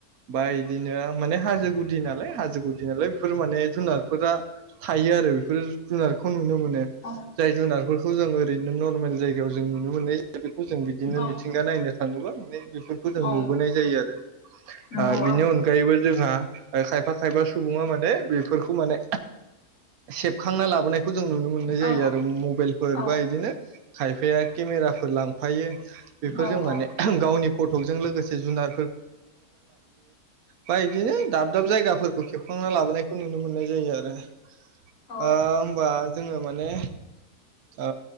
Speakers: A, on the right; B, on the left.
A: बा इदिनो माने हाजो गुदि नालाय हाजो गुदि नालाय बेफोर माने जुनारफोरा थायो आरो बे बफोर जुनारखौ नुनो मोनो
B: औ
A: जाय जुनारफोरखौ जों ओरैनो नर्मेल जायगायाव जों नुनो मोननाय बेखौ जों बिदिनो
B: औ
A: मिथिंगा नायनो थाङोब्ला माने बेफोरखौ जों
B: औ
A: नुबोनाय जायो आरो
B: नंगौ
A: ओ बिनि
B: औ
A: अनगायैबो जोंहा खायबा सुबुङा माने बेफोरखौ माने सेबखांना लाबोनायखौ जों नुनो मोननाय जायो
B: औ
A: आरो मबाइलफोर
B: औ
A: बा बिदिनो खायफाया केमे राफोर लांफायो बेफोरजों
B: औ औ
A: माने गावनि फटकजों लोगोसे जुनार बा इदिनो दाब दाब जायगाफोरखौ खेबखांना लाबोनायखौ नुनो मोननाय जायो आरो। ओ
B: औ
A: होबा जोंङो माने ओ